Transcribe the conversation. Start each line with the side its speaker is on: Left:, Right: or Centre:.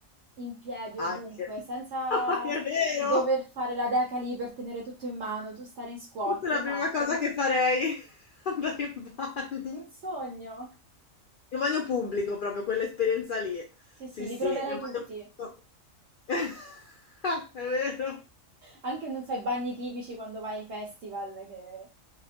Right: in piedi
Left: Anche.
Right: ovunque, senza
Left: <laughs> È vero!
Right: dover fare la deca lì per tenere tutto in mano, tu stare in squat,
Left: Questa è la
Right: no.
Left: prima cosa che farei, <laughs> andare in bagno.
Right: Un sogno.
Left: In un bagno pubblico proprio, quell'esperienza lì.
Right: Sì,
Left: Sì,
Right: sì, li
Left: sì,
Right: proverai
Left: in un bagno
Right: tutti.
Left: pubblico. <laughs> È vero.
Right: Anche, non so, i bagni chimici quando vai ai festival, che